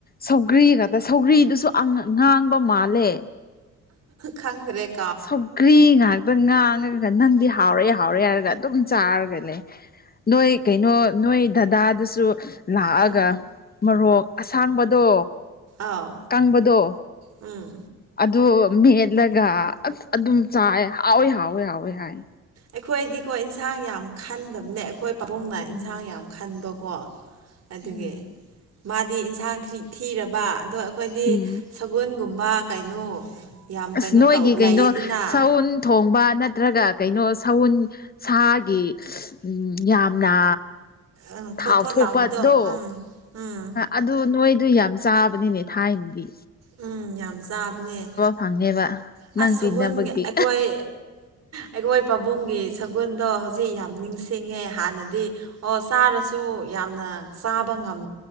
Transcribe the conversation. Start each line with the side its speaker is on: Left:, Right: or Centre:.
Left: ꯁꯧꯒ꯭ꯔꯤꯒꯗꯣ ꯁꯧꯒ꯭ꯔꯤꯗꯨꯁꯨ ꯑꯉ ꯉꯥꯡꯕ ꯃꯥꯜꯂꯦ
Right: ꯈꯪꯗ꯭ꯔꯦꯛ
Left: ꯁꯧꯒ꯭ꯔꯤ ꯉꯥꯛꯇ ꯉꯥꯡꯉꯒ ꯅꯪꯗꯤ ꯍꯥꯎꯔꯦ ꯍꯥꯎꯔꯦ ꯍꯥꯏꯔꯒ ꯑꯗꯨꯝ ꯆꯥꯔꯒ ꯂꯩ ꯅꯣꯏ ꯀꯩꯅꯣ ꯅꯣꯏ ꯗꯗꯥꯗꯨꯁꯨ ꯂꯥꯑꯒ
Right: ꯑꯥ
Left: ꯃꯔꯣꯛ ꯑꯁꯥꯡꯕꯗꯣ
Right: ꯑꯥꯎ
Left: ꯀꯪꯕꯗꯣ
Right: ꯎꯝ
Left: ꯑꯗꯨ ꯃꯦꯠꯂꯒ ꯑꯁ ꯑꯗꯨꯝ ꯆꯥꯏ ꯍꯥꯎꯋꯤ ꯍꯥꯎꯋꯦ ꯍꯥꯎꯋꯦ ꯍꯥꯏ
Right: ꯑꯩꯈꯣꯏꯗꯤꯀꯣ ꯏꯟꯁꯥꯡ ꯌꯥꯝ ꯈꯟꯗꯕꯅꯦ ꯑꯩꯈꯣꯏ ꯄꯥꯕꯨꯡꯅ
Left: ꯎꯝ
Right: ꯏꯟꯁꯥꯡ ꯌꯥꯝ ꯈꯟꯕꯀꯣ ꯑꯗꯨꯒꯤ
Left: ꯎꯝ
Right: ꯃꯥꯗꯤ ꯏꯟꯁꯥꯡ ꯊ꯭ꯔꯤ ꯊꯤꯔꯕ ꯑꯗꯣ ꯑꯈꯣꯏꯗꯤ
Left: ꯎꯝ
Right: ꯁꯒꯨꯟꯒꯨꯝ ꯕꯥ ꯀꯩꯅꯣ ꯌꯥꯝ
Left: ꯑꯁ
Right: ꯀꯩꯅꯣ
Left: ꯅꯣꯏꯒꯤ
Right: ꯇꯧ
Left: ꯀꯩꯅꯣ
Right: ꯂꯩꯌꯦꯗꯅ
Left: ꯁꯎꯟ ꯊꯣꯡꯕ ꯅꯠꯇ꯭ꯔꯒ ꯀꯩꯅꯣ ꯁꯎꯟ ꯁꯥꯒꯤ ꯎꯝ ꯌꯥꯝꯅ
Right: ꯑꯪ ꯊꯣꯠ
Left: ꯊꯥꯎ
Right: ꯊꯣꯠ
Left: ꯊꯣꯛꯄꯗꯣ
Right: ꯂꯥꯎꯕꯗꯣ ꯎꯝ ꯎꯝ
Left: ꯑꯗꯨ ꯅꯣꯏꯗꯨ ꯌꯥꯝ ꯆꯥꯕꯅꯤꯅꯦ ꯊꯥꯏꯟꯗꯤ
Right: ꯎꯝ ꯌꯥꯝ ꯆꯥꯕꯅꯦ
Left: ꯐꯪꯉꯦꯕ
Right: ꯑꯁ
Left: ꯅꯪ ꯇꯤꯟꯅꯕꯒꯤ
Right: ꯁꯒꯨꯟꯒ ꯑꯩꯈꯣꯏ ꯑꯩꯒꯣꯏ ꯄꯥꯕꯨꯡꯒꯤ ꯁꯒꯨꯟꯗꯣ ꯍꯧꯖꯤꯛ ꯌꯥꯝ ꯅꯤꯡꯁꯤꯡꯉꯦ ꯍꯥꯟꯅꯗꯤ ꯗꯤ ꯑꯣ ꯆꯥꯔꯁꯨ ꯌꯥꯝꯅ ꯆꯥꯕ ꯉꯝ